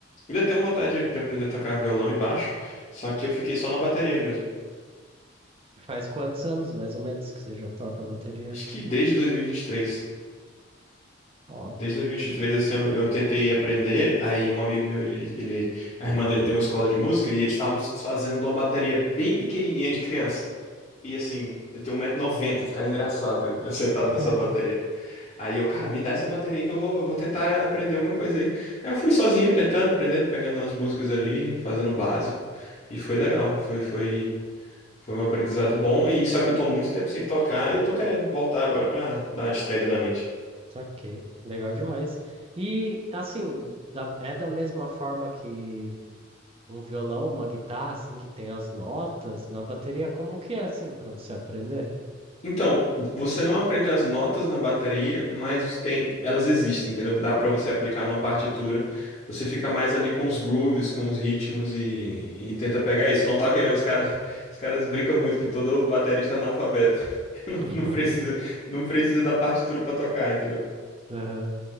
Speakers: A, on the left; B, on the right.
A: Ainda tenho vontade de de aprender a tocar violão e baixo, só que eu fiquei só na bateria mesmo.
B: Faz quantos anos, mais ou menos, que você já toca bateria?
A: Acho que desde 2023.
B: Top.
A: Desde 2023, assim, eu, eu tentei aprender. Aí um amigo meu, ele, ele, a irmã dele tem uma escola de música e eles estavam se desfazendo de uma bateria bem pequenininha de criança. E assim, eu tenho um 190 noventa, ficava engraçado eu, eu sentado
B: <laughs>
A: nessa bateria. Aí eu, cara, me dá essa bateria aí que eu vou, eu vou tentar aprender alguma coisa aí. Aí eu fui sozinho, tentando, aprendendo, pegando umas músicas ali, fazendo o básico. E foi legal, foi, foi, foi um aprendizado bom. E só que eu tô há muito tempo sem tocar e eu tô querendo voltar agora pra dar uma distraída na mente.
B: Ok, legal demais. E assim, da- é da mesma forma que um violão, uma guitarra, assim, que tem as notas, na bateria, como que é, assim, pra você aprender?
A: Então, você não aprende as notas na bateria, mas tem, elas existem, entendeu? Dá pra você aplicar numa partitura. Você fica mais ali com os grooves, com os ritmos e, e tenta pegar isso. Então, tá que os cara, <laughs> os caras brincam muito que todo baterista é analfabeto. <laughs> Não,
B: <laughs>
A: não precisa, não precisa da partitura pra tocar, entendeu?
B: Aham,